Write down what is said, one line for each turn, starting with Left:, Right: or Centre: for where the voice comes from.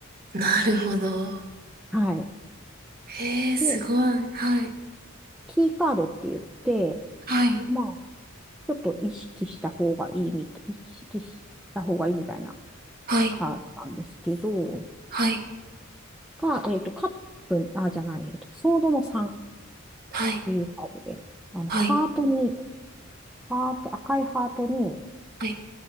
Right: うん。なるほど。
Centre: はい。
Right: へえ、すごい。
Centre: で、
Right: はい、
Centre: キーカードって言って、
Right: はい、
Centre: まあ、ちょっと意識した方がいいみたい、意識した方がいいみたいな
Right: はい、
Centre: カードなんですけど、
Right: はい、
Centre: が、えっと、カップ、あ、じゃない、えっと、ソードの3っ
Right: はい、
Centre: ていうカードで、あの、
Right: はい、
Centre: ハートに、ハート、赤いハートに、
Right: は